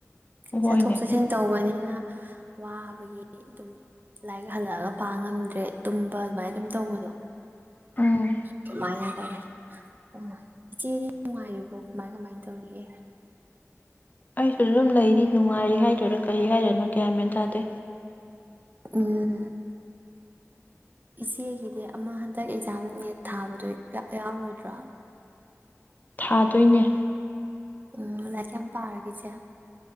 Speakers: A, on the left; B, on the right.
A: ꯍꯣꯏꯅꯦ
B: ꯆꯊꯣꯛ-ꯆꯁꯤꯟ ꯇꯧꯕꯅꯤꯅ ꯋꯥꯕꯒꯤ ꯑꯗꯨꯝ ꯂꯥꯏꯔꯤꯛ ꯍꯜꯂꯛꯑꯒ ꯄꯥ ꯉꯝꯗ꯭ꯔꯦ ꯇꯨꯝꯕ ꯑꯗꯨꯃꯥꯏꯅ ꯗꯨꯝ ꯇꯧꯕꯗꯣ꯫
A: ꯎꯝ
B: ꯗꯨꯃꯥꯏꯅ <inaudible> ꯑꯣ ꯏꯆꯦꯗ ꯅꯨꯡꯉꯥꯏꯔꯤꯕ꯭ꯔꯣ ꯀꯃꯥꯏ ꯀꯃꯥꯏ ꯇꯧꯔꯤꯒꯦ꯫
A: ꯑꯩꯁꯨ ꯑꯗꯨꯝ ꯂꯩꯔꯤ ꯅꯨꯡꯉꯥꯏꯔꯤ ꯍꯥꯏꯗꯣꯏꯔ ꯀꯔꯤ ꯍꯥꯏꯔꯅꯣ ꯒ꯭ꯌꯥꯟꯃꯦꯟ ꯇꯥꯗꯦ꯫
B: ꯎꯝ ꯏꯆꯦꯒꯤꯗꯤ ꯑꯃ ꯍꯟꯗꯛ ꯑꯖꯥꯝ ꯅꯦꯠ ꯊꯥꯕꯗꯣ ꯌꯥꯎ ꯌꯥꯎꯔꯣꯏꯗ꯭ꯔꯥ
A: ꯊꯥꯗꯣꯏꯅꯤ
B: ꯎꯝ ꯂꯥꯏꯔꯤꯛ ꯀꯌꯥꯝ ꯄꯥꯔꯒꯦ ꯏꯆꯦ꯫